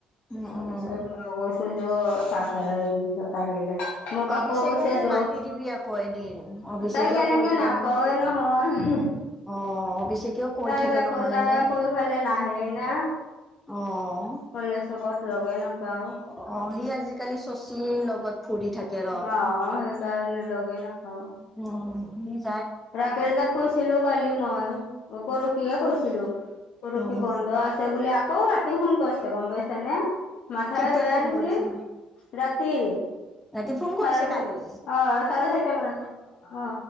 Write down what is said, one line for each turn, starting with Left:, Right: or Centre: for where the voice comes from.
Centre: উম
Left: তাৰপিছত
Centre: উম
Left: মইৰ চ য চাহ খাই পিছত আহিলে মোক
Centre: অভিষেককো
Left: আকৌ কৈছে য
Centre: মাতি দিবি আকৌ এদিন অভিষেকেও
Left: তাইক কেনেকে
Centre: কৈ থাকে
Left: নাপাৱে
Centre: ন
Left: নহয়।
Centre: অ বেছিকৈও কৈ
Left: তাইক
Centre: থাকে
Left: আকৌ
Centre: নহয়
Left: তাই
Centre: এনে
Left: আকৌ ইফালে নাহে না
Centre: আহ
Left: কলেজ লগত লগে নাপাও
Centre: অ অ সি আজিকালি শশীৰ লগত ফুৰি থাকে ৰ।
Left: অ সেই কাৰণে লগে নেখাওঁ
Centre: অ
Left: ৰাকেশ দাক কৈছিলো কালি মই অ পৰহিয়ে কৈছিলো পৰহি
Centre: উম,
Left: বন্ধ আছে বুলে ক ৰাতি হন কৈছিলে গম পইচা নে মাথা
Centre: কেতিয়া
Left: বে বেয়া
Centre: ফোন
Left: নে
Centre: কৰিছে?
Left: কি ৰাতি
Centre: ৰাতি ফোন
Left: চাৰে
Centre: কৰিছে
Left: চয়
Centre: কালি
Left: অ চাৰে চাৰিটা মানত অ